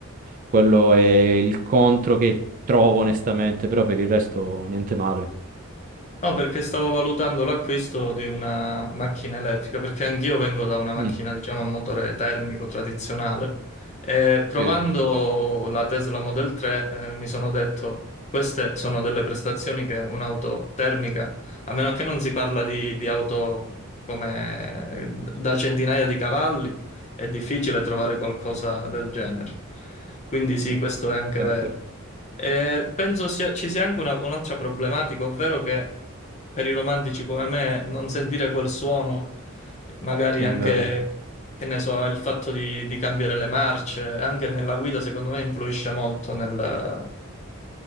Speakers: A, on the right; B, on the left.
A: Quello è il contro che trovo onestamente, però per il resto niente male.
B: No, perché stavo valutando l'acquisto di una macchina elettrica, perché anch'io vengo da una macchina,
A: Mm,
B: diciamo, a motore termico tradizionale e provando
A: sì,
B: la Tesla Model 3, eh, mi sono detto, queste sono delle prestazioni che un'auto termica, a meno che non si parla di, di auto come da centinaia di cavalli, è difficile trovare qualcosa del genere. Quindi sì, questo è anche
A: certo.
B: vero. Eh, penso sia- ci sia anche una- un'altra problematica, ovvero che per i romantici come me non sentire quel suono, magari
A: È
B: anche,
A: vero.
B: che ne so, il fatto di, di cambiare le marce, anche nella guida, secondo me influisce molto nel-